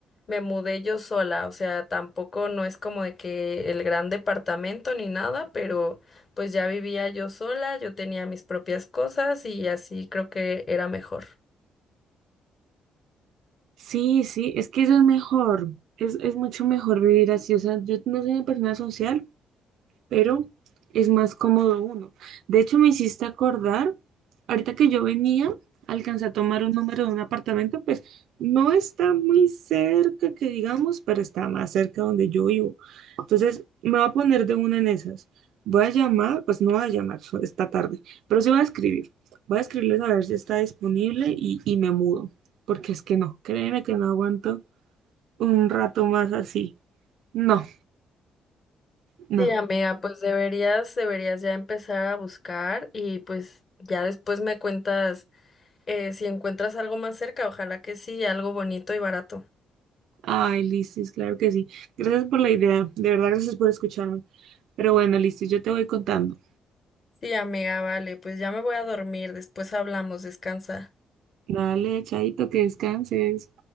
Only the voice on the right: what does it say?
sí, sí, es que eso es mejor, es, es mucho mejor vivir así, o sea, yo no soy una persona social, pero es más cómodo uno. De hecho, me hiciste acordar, ahorita que yo venía, alcancé a tomar un número de un apartamento, pues no está muy cerca, que digamos, pero está más cerca donde yo vivo. Entonces, me voy a poner de una en esas. Voy a llamar, pues no voy a llamar <laughs> so- esta tarde, pero sí voy a escribir. Voy a escribirles a ver si está disponible y, y me mudo, porque es que no, créeme que no aguanto un rato más así. No, no.
Ay, Listis, claro que sí. Gracias por la idea. De verdad, gracias por escucharme. Pero bueno, Listis, yo te voy contando.
Dale, chaito, que descanses.